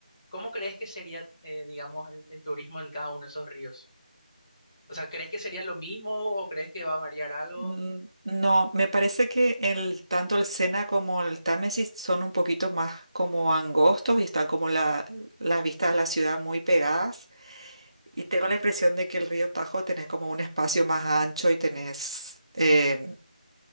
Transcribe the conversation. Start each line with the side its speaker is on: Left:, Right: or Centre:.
Left: ¿cómo crees que sería, eh, digamos, el, el turismo en cada uno de esos ríos? O sea, ¿crees que sería lo mismo o crees que va a variar algo?
Right: Mm, No, me parece que el, tanto el Sena como el Támesis son un poquito más como angostos y están como la- las vistas a la ciudad muy pegadas. Y tengo la impresión de que el río Tajo tenés como un espacio más ancho y tenés em,